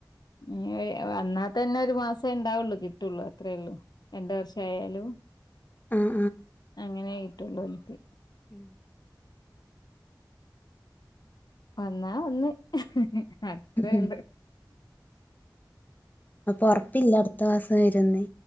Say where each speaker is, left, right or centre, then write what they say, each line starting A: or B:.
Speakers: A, on the left; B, on the left.
A: ഞിയ് വന്നാൽ അതന്നെ ഒരു മാസണ്ടാവുള്ളൂ കിട്ടൊള്ളൂ അത്രേള്ളൂ രണ്ട് വർഷായാലും
B: ആഹ്
A: അങ്ങനെ കിട്ടൊള്ളൂ ഓൽക്ക്
B: ഉം
A: വന്നാവന്നു അത്രേള്ളു
B: ഉം അപൊറ്പ്പില്ല അടുത്തമാസം വരുന്ന്